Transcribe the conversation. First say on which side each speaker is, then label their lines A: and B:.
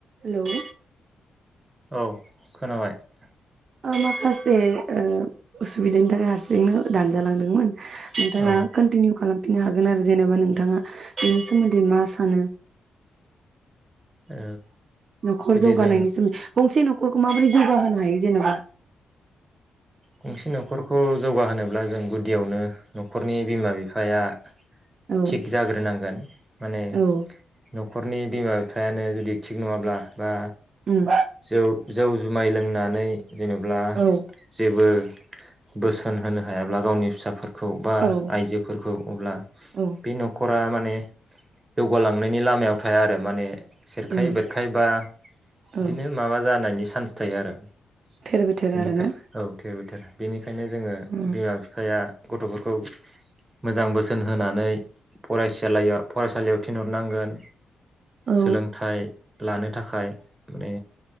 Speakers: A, on the right; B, on the right.
A: हेल'
B: औ खोनाबाय ।
A: माखासे उसुबिदानि थाखाय हारसिंनो दानजालांदोंमोन । नोंथाङा
B: औ
A: कन्टिनिउ खालाम फिननो हागोन आरो जेनेबा नोंथाङा बेनि सोमोन्दै मा सानो?
B: ओ
A: न'खर
B: जुदि
A: जौगानायनि
B: जों
A: सोमोन्दै गंसे न'खर खौ माबोरै जौगा होनो हायो जेनेबा?
B: गंसे न'खरखौ जौगाहोनोब्ला जों गुदियावनो न'खरनि बिमा बिफाया
A: औ
B: थिग जाग्रोनांगोन । माने
A: औ
B: न'खरनि बिमा बिफायानो जुदि थिग नङाब्ला बा
A: उम
B: जौ जौ जुमाय लों नानै जेनेब्ला
A: औ
B: जेबो बोसोन होनो हायाब्ला गावनि फिसाफोर खौ बा
A: औ
B: आइजोफोरखौ अब्ला
A: औ
B: बे न'खर फ्रा माने जौगालांनायनि लामायाव थाया आरो माने सेरखाय
A: उम
B: बेरखायबा
A: औ
B: बिदिनो माबा जानायनि चान्स थायो आरो
A: थेर बेथेर
B: बेनिखाय
A: आरोना
B: औ थेर बेथेर बेनिखायनो जोङो
A: उम
B: बिमा बिफाया गथ'फोरखौ मोजां बोसो न होनानै फरायसालैयाव फरायसालियाव थिनहरनांगोन
A: औ
B: सोलोंथाइ लानो थाखाय माने